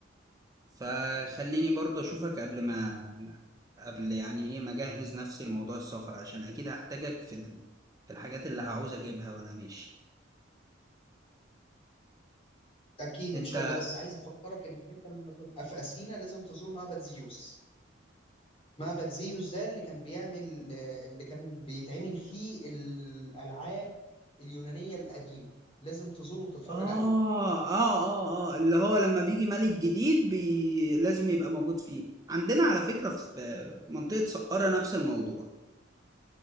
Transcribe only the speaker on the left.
اكيد
ان شاء الله بس عايز افكرك انك انت لما تبقى في اثينا لازم تزور معبد زيوس معبد زيوس ده اللي كان بيعمل اللي كان بيتعمل فيه الألعاب اليونانية القديمة لازم تزوره وتتفرج
عليه